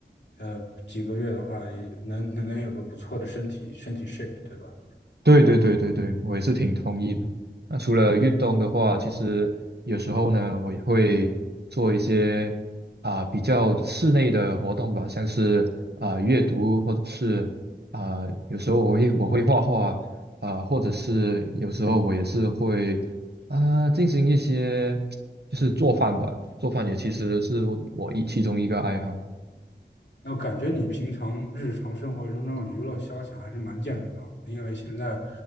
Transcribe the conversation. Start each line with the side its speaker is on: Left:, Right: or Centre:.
Left: 呃几个月的话，也能能能有个不错的身体身体 shape，对吧？
Right: 对对对对对，我也是挺同意的。那除了运动的话，其实有时候呢，我也会做一些啊、比较室内的活动吧，像是啊、阅读，或者是啊、有时候我会我会画画啊、或者是有时候我也是会啊、进行一些就是做饭吧，做饭也其实是我一其中一个爱好。
Left: 那我感觉你平常日常生活中这种娱乐消遣还是蛮健康的，因为现在